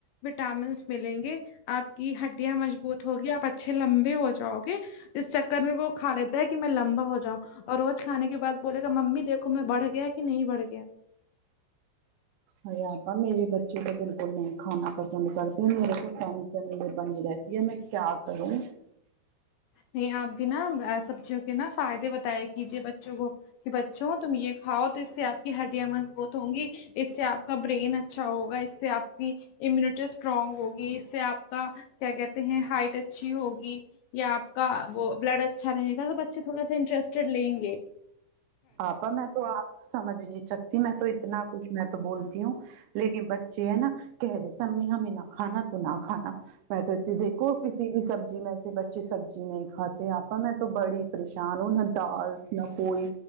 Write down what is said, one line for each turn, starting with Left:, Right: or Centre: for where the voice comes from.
Left: وٹامنس ملیں گے آپ کی ہڈیاں مضبوط ہوگی آپ اچھے لمبے ہو جاؤگے اس چکر میں وہ کھا لیتا ہے کہ میں لمبا ہو جاؤں اور روز کھانے کے بعد بولے گا ممی دیکھو میں بڑھ گیا کہ نہیں بڑھ گیا
Right: ارے آپا میرے بچے تو بالکل نہیں کھانا پسند کرتے میرے کو ٹنشن ہی بنی رہتی یہ میں کیا کروں
Left: نہیں آپ بھی نہ سبزیوں کے نہ فائدے بتایا کیجے بچوں کو کہ بچوں تم یہ کھاؤ تو اس سے آپ کی ہڈیاں مضبوط ہوں گی اس سے آپ کا برین اچھا ہوگا اس سے آپ کی امیونٹی اسٹرانگ ہوگی اس سے آپ کا کیا کہتے ہیں ہائٹ اچھی ہوگی یا آپ کا وہ بلڈ اچھا رہے گا تو بچے تھوڑا سا انٹرسٹیڈ لیں گے
Right: آپا میں تو آپ کو سمجھ نہیں سکتی میں تو اتنا کچھ میں تو بولتی ہوں لیکن بچے ہے نہ کہے دیتے ہمیں نہ کھانا تو نہ کھانا میں تو اتی دیکھو کسی بھی سبزی میں سے بچ ے سبزی نہیں کھاتے آپا میں تو بڑی پریشان ہوں نہ دال نہ کوئی